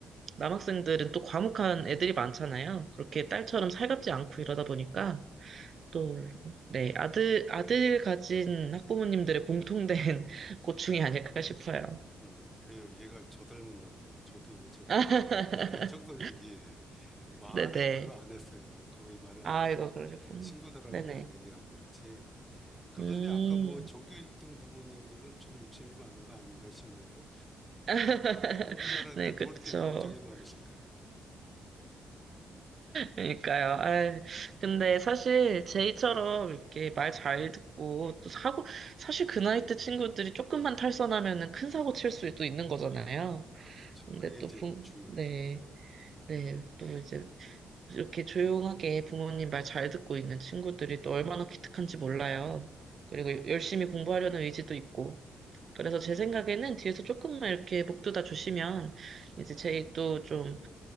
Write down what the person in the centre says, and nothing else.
음, 그래요. 얘가 저 닮았나 보네요. 저도 예전에
<laughs> 청소년기에 말을
별로 안 했어요. 거의 말을
안 하고
친구들하고만
얘기하고 그랬지. 그런데
아까 뭐 전교 1등 부모님들은 좀 욕심이 많은 거 아닌가 싶네요.
공부 잘하는데
뭐
이렇게 걱정이 많으실까요?
아, 그렇죠.
그게
제일
중요하죠.
예.